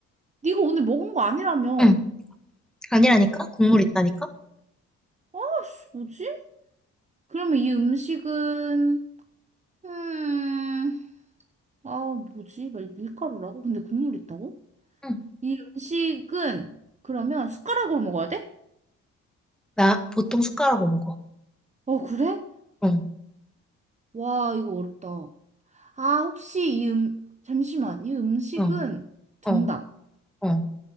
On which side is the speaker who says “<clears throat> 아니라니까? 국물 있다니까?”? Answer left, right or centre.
Centre